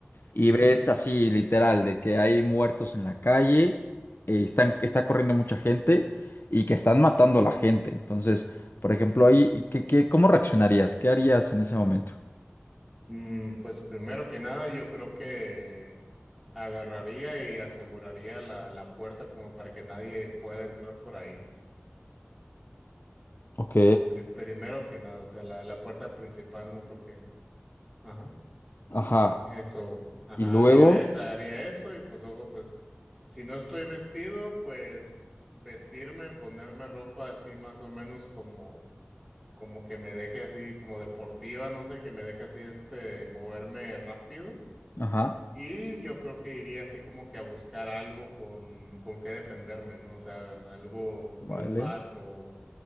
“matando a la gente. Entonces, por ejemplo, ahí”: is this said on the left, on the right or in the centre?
Left